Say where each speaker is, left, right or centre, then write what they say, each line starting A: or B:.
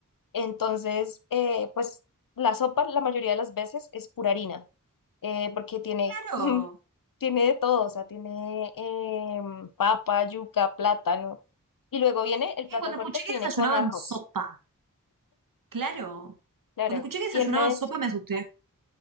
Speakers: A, on the left; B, on the right.
A: Entonces, eh, pues la sopa la mayoría de las veces es pura harina, eh, porque tiene,
B: Claro.
A: <laughs> tiene de todo, o sea, tiene em, papa, yuca, plátano. Y luego viene el plato
B: Eh, Cuando
A: fuerte
B: escuché que
A: que viene
B: desayunaban
A: con arroz,
B: sopa. Claro.
A: claro.
B: Cuando escuché que desayunaban
A: Y él me decía,
B: sopa me asusté.